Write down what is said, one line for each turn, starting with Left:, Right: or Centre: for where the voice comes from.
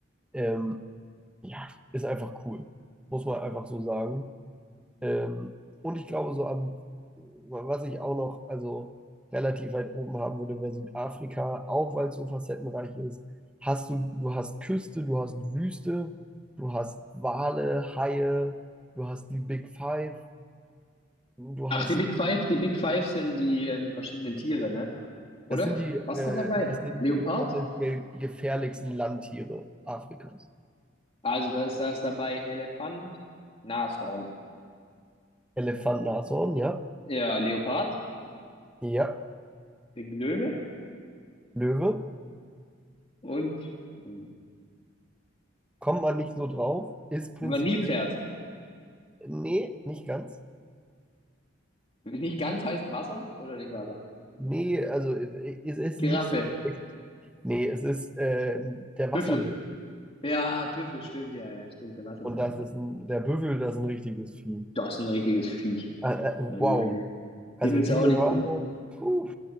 Centre: Ähm, ja, ist einfach cool. Muss man einfach so sagen. Ähm, und ich glaube, so am, was ich auch noch, also relativ weit oben haben würde, wäre Südafrika, auch weil es so facettenreich ist. Hast du, du hast Küste, du hast Wüste, du hast Wale, Haie, du hast die Big Five, du
Left: Ach,
Centre: hast,
Left: die Big Five, die Big Five sind die ähm, verschiedenen Tiere, ne? Oder?
Centre: das sind die, äh,
Left: Was ist da dabei?
Centre: das sind
Left: Leopard?
Centre: die potenziell gefährlichsten Landtiere Afrikas.
Left: Also da ist, da ist dabei Elefant, Nashorn,
Centre: Elefant, Nashorn, ja,
Left: ja, Leopard,
Centre: ja,
Left: Löwe
Centre: Löwe,
Left: und äh,
Centre: kommt man nicht so drauf, ist prinzipiell,
Left: Nilpferd.
Centre: nee, nicht ganz.
Left: Nicht ganz heißt Wasser oder nicht Wasser?
Centre: Nee, also äh, es ist
Left: Giraffe,
Centre: nicht so schlecht. Nee, es ist äh, der
Left: Büffel.
Centre: Wasserbüffel.
Left: Ja, Büffel, stimmt, ja, ja, stimmt, der Wasserbüffel.
Centre: Und das ist ein, der Büffel, das ist ein richtiges Vieh.
Left: Das ist ein richtiges Viech.
Centre: Äh, äh, wow.
Left: Meine, Güte.
Centre: Also
Left: den willst
Centre: die
Left: du auch
Centre: Hörner,
Left: nicht, den,
Centre: puh.